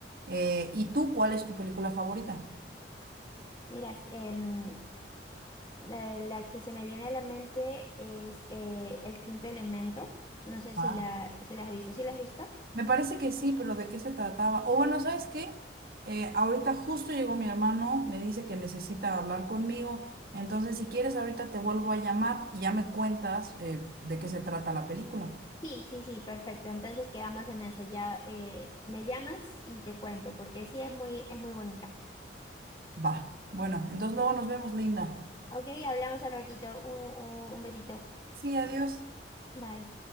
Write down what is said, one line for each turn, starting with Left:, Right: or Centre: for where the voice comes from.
Right: Eh, ¿y tú cuál es tu película favorita?
Left: Mira, s- em, eh, la que se me viene a la mente es eh, El Quinto Elemento, no sé
Right: Ah.
Left: si la, si la has visto, ¿sí la has visto?
Right: Me parece que sí, pero ¿de qué se trataba? O bueno, ¿sabes qué? Eh, ahorita justo llegó mi hermano, me dice que necesita hablar conmigo, entonces si quieres ahorita te vuelvo a llamar y ya me cuentas eh, de qué se trata la película.
Left: Sí, sí, sí, perfecto. Entonces quedamos en eso. Ya eh, me llamas y te cuento, porque sí es muy, es muy bonita.
Right: Va, bueno, entonces luego nos vemos, Linda.
Left: Ok, hablamos al ratito. un un- un besito.
Right: Sí, adiós.
Left: Bye.